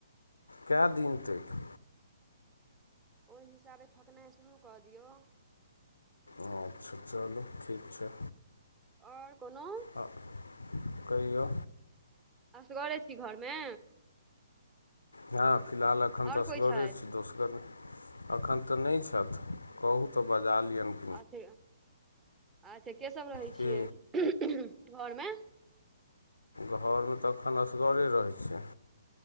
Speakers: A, on the left; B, on the right.
A: कए दिन तैक
B: ओहि हिसाबे फकनाइ शुरू कऽ दियौ
A: अच्छा चलू ठीक छै
B: आओर कोनो
A: आ कहियौ
B: असगरे छी घरमे
A: हँ फिलहाल एखन
B: आओर
A: तऽ असगरे
B: कोइ छथि
A: छी दोसगर नै एखन तऽ नै छथि कहू तऽ बजालियनि
B: अच्छे अच्छे के सब रहै
A: की
B: छियै घरमे
A: घरमे तऽ एखन असगरे रहै छीयै